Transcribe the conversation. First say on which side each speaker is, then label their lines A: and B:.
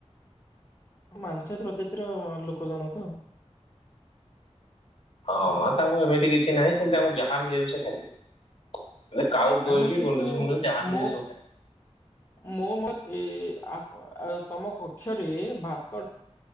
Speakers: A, on the left; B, on the left.
A: ମାଂସ ପ୍ରଜାତିର ଲୋକ ଜଣକ ଆଉ
B: ହଁ ତାଙ୍କୁ ଏମିତି କିଛି ନାହିଁ ସେତି ତାଙ୍କୁ ଯାହା ମିଳିବ ସେ ଖାଇଦେବି। ଏ କାଉକୁ
A: ନା
B: କହିଲି
A: ନା କିନ୍ତୁ
B: ଗଣ୍ଡୁଚ ମୁଣ୍ଡୁଛି ଯ
A: ମୋ
B: ମିଳ ସବୁ ଖାଇ
A: ମୋ ମ ଅପ ତମ କକ୍ଷରେ ଭାତ